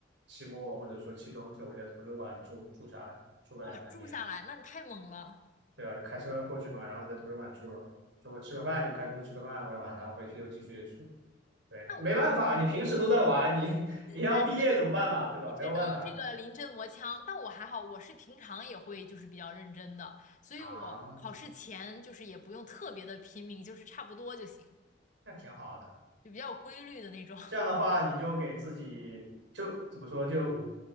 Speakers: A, on the right; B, on the left.
A: 期末或者说期中的时候，我在图书馆住住下来，住个两三天，
B: 哇，住下来，那你太猛了。
A: 对啊，就开车过去嘛，然后在图书馆住了，中午吃个饭就开出去吃个饭，玩完了回去又继续住。对，
B: 那我
A: 没办法，你平时都在玩，你 <laughs> 你要毕业怎么办嘛，
B: 那确实，
A: 对吧？
B: 你只能这个临阵磨枪。
A: 没有办法
B: 但我还好，我是平常也会就是比较认真的，所以我考试前就是也不用特别的拼命，
A: 啊，
B: 就是差不多就行，
A: 那挺好的。
B: 就比较有规律的那种。
A: 这样的话，你就给自己就怎么说，就